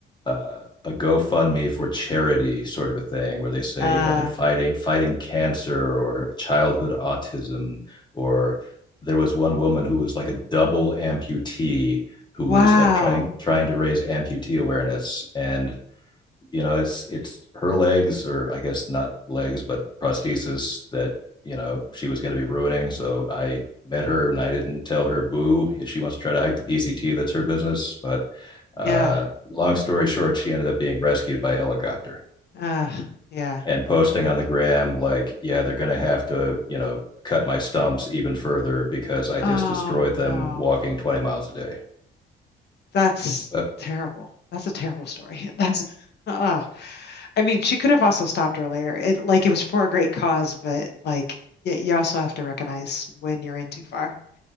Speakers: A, on the left (about 20°); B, on the left (about 60°).
A: uh, a GoFundMe for charity sort of a thing, where they say
B: Uh,
A: you know they're fighting fighting cancer or childhood autism, or there was one woman who was like a double amputee who
B: wow.
A: was like trying trying to raise amputee awareness, and you know it's it's her legs or i guess not legs but prosthesis that you know she was going to be ruining so i met her and i didn't tell her boo if she wants to try to hike the pct that's her business but
B: Yeah.
A: uh long story short she ended up being rescued by helicopter
B: Uh, yeah.
A: and posting
B: Uh,
A: on the gram like yeah they're going to have to you know cut my stumps even further because i just
B: Oh
A: destroyed them
B: no.
A: walking 20 miles a day
B: That's
A: so
B: terrible. That's a terrible story. <laughs> That's oh. I mean, she could have also stopped earlier. It like it was for a great cause, but like yeah, you also have to recognize when you're in too far.